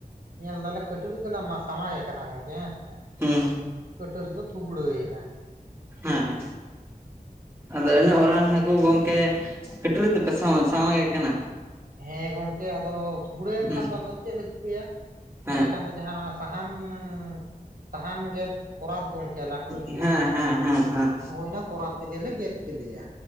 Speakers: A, on the right (about 65°); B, on the right (about 15°).
A: ᱧᱮᱞ ᱫᱟᱞᱮ ᱠᱟᱹᱴᱟᱹᱨᱤ ᱛᱮᱞᱮ ᱢᱟ ᱥᱟᱢᱟᱜᱮ ᱠᱟᱱᱟ ᱜᱚᱝᱠᱮ, ᱦᱮᱸ ᱥᱮ?
B: ᱦᱮᱸ ᱦᱩᱸ
A: ᱠᱟᱹᱴᱟᱹᱨᱤ ᱫᱚ ᱛᱷᱩᱵᱲᱟᱹ ᱮᱱᱟ᱾
B: ᱦᱮᱸ᱾ ᱟᱫᱚ
A: ᱛᱟᱦᱚᱞᱮ
B: ᱤᱱᱟᱜᱹ
A: ᱠᱷᱟᱱ
B: ᱢᱟᱨᱟᱝ
A: ᱫᱚ
B: ᱦᱟᱹᱠᱩ ᱜᱚᱝᱠᱮ, ᱠᱟᱹᱴᱟᱹᱨᱤ ᱛᱮᱯᱮ ᱥᱟ ᱥᱟᱢᱟᱜᱮ ᱠᱟᱱᱟ?
A: ᱦᱮᱸ ᱜᱚᱝᱠᱮ, ᱟᱫᱚ ᱛᱷᱩᱵᱲᱟᱹᱭᱮᱱ
B: ᱦᱩᱸ
A: ᱠᱷᱟᱱ ᱫᱚ ᱟᱞᱮ ᱪᱮᱫ ᱞᱮ ᱪᱤᱠᱟᱹᱭᱟ? ᱛᱟᱦᱚᱞᱮ
B: ᱦᱮᱸ
A: ᱠᱷᱟᱱ ᱫᱚ, ᱡᱟᱦᱟᱸ ᱚᱱᱟ ᱥᱟᱦᱟᱱ- ᱥᱟᱦᱟᱱ ᱜᱮ ᱠᱚᱨᱟᱛ ᱜᱚᱢᱠᱮ ᱞᱟᱹᱴᱩ ᱞᱟᱹᱴᱩ᱾
B: ᱦᱮᱸ ᱦᱮᱸ ᱦᱮᱸ ᱦᱮᱸ᱾
A: ᱦᱩᱭ ᱚᱱᱟ ᱠᱚᱨᱟᱛ ᱛᱮᱜᱮᱞᱮ ᱜᱮᱫ ᱠᱮᱫᱮᱭᱟ᱾